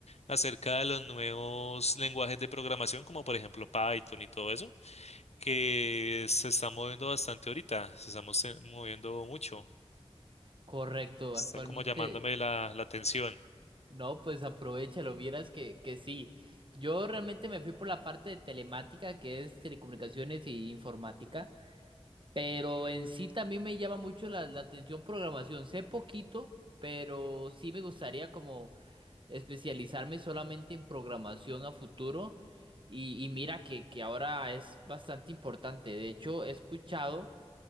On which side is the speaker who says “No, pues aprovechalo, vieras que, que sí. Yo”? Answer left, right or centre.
Right